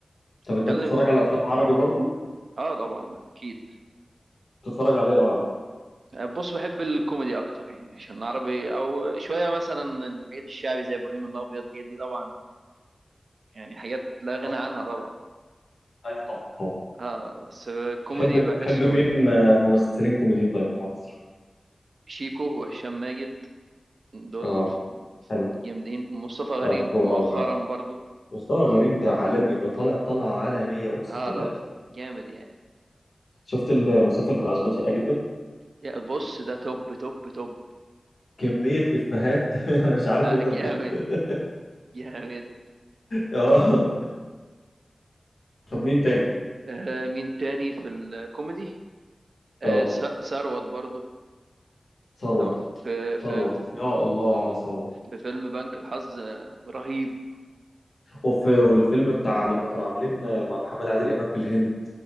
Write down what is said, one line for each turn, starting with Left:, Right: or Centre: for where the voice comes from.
Left: طب انت
Right: اتكلم
Left: بتتفرج
Right: ب...
Left: على افلام عربي برضو
Right: اه طبعا اكيد
Left: بتتفرج على ايه عربي
Right: بص بحب الكوميدي اكتر يعني عشان عربي او شويه مثلا الحاجات الشعبي زي ابراهيم الابيض الحاجات دي طبعا يعني حاجات لا
Left: اه
Right: غنى عنها طبعا
Left: ايوه طبعا طبعا
Right: اه بس الكوميدي
Left: تحب
Right: بحسه
Left: تحب مين آه، ممثلين كوميديين طيب في مصر
Right: شيكو وهشام ماجد دول
Left: اه حلو
Right: جامدين مصطفى غريب
Left: أو بحبهم
Right: مؤخرا
Left: أوي فعلا
Right: برضه
Left: مصطفى غريب ده عالمي ده طالع طلعة عالمية أقسم
Right: اه
Left: بالله
Right: لا جامد يعني
Left: شفت المسلسل بتاع أشغال شقة جدا
Right: يا بص ده توب توب توب
Left: كمية إفيهات <laughs> أنا مش
Right: لا
Left: عارف إيه ده بجد
Right: جامد
Left: <laughs>
Right: جامد
Left: آه طب مين تاني؟
Right: آه مين تاني في الكوميدي آه
Left: آه
Right: س- ثروت برضه
Left: ثروت
Right: طبعاً في في
Left: ثروت يا الله على ثروت
Right: في فيلم بنك الحظ آه، رهيب
Left: وفي والفيلم بتاع لما كانوا عاملين مع محمد عادل إمام في الهند